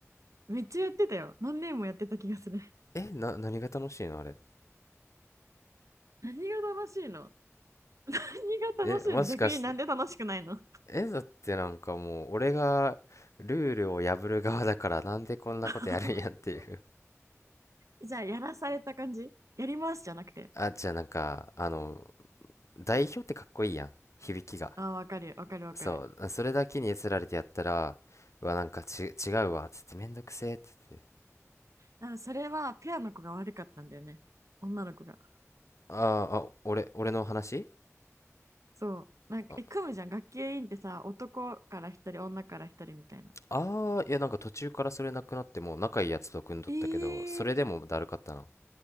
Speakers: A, on the right; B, on the left.
A: めっちゃやってたよ。何年もやってた気がする。
B: えな何が楽しいのあれ
A: 何が楽しいの何が楽しいの逆になんで楽しくないの
B: えもしかしてえだってなんかもう俺がルールを破る側だからなんでこんなことやるんやっていう
A: <laughs> じゃあ、やらされた感じやりますじゃなくて。
B: あじゃあなんかあの代表ってかっこいいやん響きが
A: ああ、わかるわかるわかる。
B: そう、それだけにつられてやったら、うわ、なんかち、違うわ、つってめんどくせえ、つって。
A: 多分それはペアの子が悪かったんだよね。女の子が。
B: あーあ、俺、俺の話
A: そう。なんか、
B: あ
A: え、組むじゃん。学級委員ってさ、男から一人、女から一人みたいな。
B: あー、いや、なんか途中からそれなくなってもう仲いいやつと組んどったけど、
A: ええ
B: それでもだるかったな。